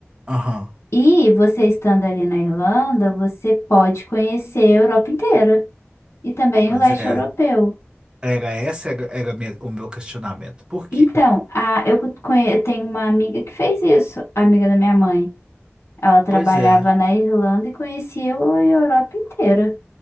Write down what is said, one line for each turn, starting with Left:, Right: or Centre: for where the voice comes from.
Right: aham,
Left: E você estando ali na Irlanda, você pode conhecer a Europa inteira e também
Right: pois
Left: o leste
Right: é.
Left: europeu.
Right: Era esse era, era a minha- o meu questionamento. Por quê?
Left: Então, a, eu, conhe- eu tenho uma amiga que fez isso, amiga da minha mãe. Ela trabalhava
Right: Pois é,
Left: na Irlanda e conhecia o- a Europa inteira.